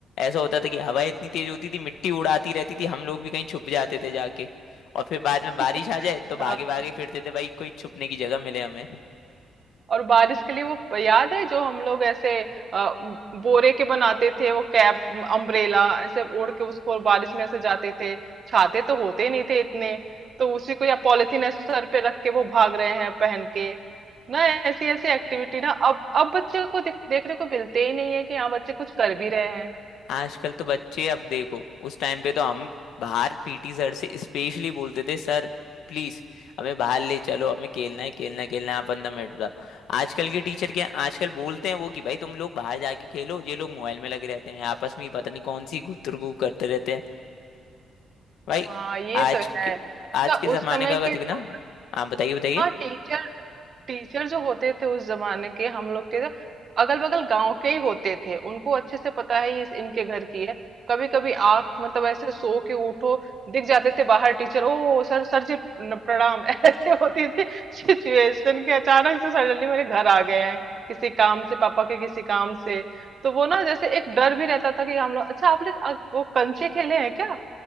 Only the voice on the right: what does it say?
<laughs>
हाँ
और बारिश के लिए वो प- याद है जो हम लोग ऐसे अ, बोरे के बनाते थे वो कैप अम्ब्रेला ऐसे ओढ़ के उसको बारिश में ऐसे जाते थे छाते तो होते नहीं थे इतने तो उसी को या पॉलिथीन ऐसे सर पे रख के वो भाग रहे हैं पहन के ना ऐसी ऐसी एक्टिविटी ना अब अब बच्चे को देख, देखने को मिलते ही नहीं है कि हाँ बच्चे कुछ कर भी रहे हैं
हाँ ये
तो है
अच्छा
उस समय
के
जो
हाँ टीचर टीचर जो होते थे उस जमाने के हम लोग के अगल बगल गांव के ही होते थे उनको अच्छे से पता है ये इस इनके घर की है कभी कभी आंख मतलब ऐसे सो के उठो दिख जाते थे बाहर टीचर ओ सर सर जी न- प्रणाम <laughs> ऐसे होती थी सिचुएशन के अचानक से सडनली मेरे घर आ गए हैं किसी काम से पापा के किसी काम से तो वो ना जैसे एक डर भी रहता था कि हम लोग अच्छा आप लोग आप वो कंचे खेले हैं क्या